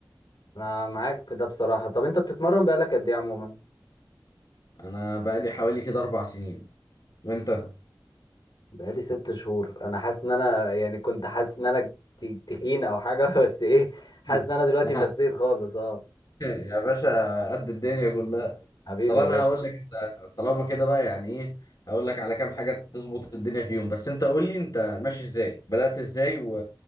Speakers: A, on the left; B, on the left.
A: انا معاك في ده بصراحة طب انت بتتمرن بقالك قد ايه عموما
B: انا بقالي حوالي كده اربع سنين وانت
A: بقالي ست شهور انا حاسس ان انا يعني كنت حاسس ان انا ت- تخين او حاجه <laughs> بس ايه حاسس
B: مم.
A: ان انا دلوقتي
B: <laughs>
A: فسيت خالص اه
B: يا باشا قد الدنيا كلها
A: حبيبي
B: طب انا
A: يا باشا
B: هقول لك انت طالما كده بقى يعني ايه هقول لك على كام حاجه تظبط الدنيا فيهم بس انت قول لي انت ماشي ازاي بدأت ازاي و...